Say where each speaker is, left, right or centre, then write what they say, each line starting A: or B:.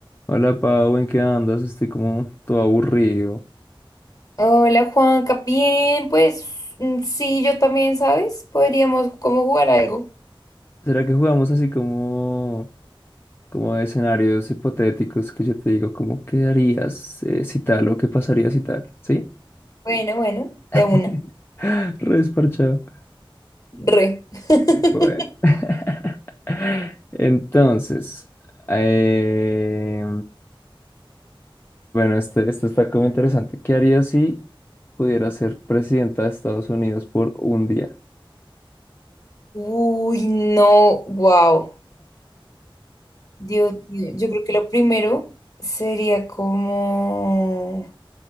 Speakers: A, on the left; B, on the left.
A: Hola Pau, ¿en qué andas? Estoy como todo aburrido.
B: Hola Juanca, bien, pues mm, sí, yo también, ¿sabes? Podríamos como jugar algo.
A: ¿Será que jugamos así como, como de escenarios hipotéticos que yo te digo, como qué harías eh, si tal o qué pasaría si tal? ¿Sí?
B: Bueno, bueno, de
A: <laughs>
B: una.
A: Re desparchado.
B: Re. <laughs>
A: Bueno. <laughs> Entonces, eh, bueno, este, este está como interesante. ¿Qué harías si pudiera ser presidenta de Estados Unidos por un día?
B: Uy, no, wow. Dios mío, yo creo que lo primero sería como...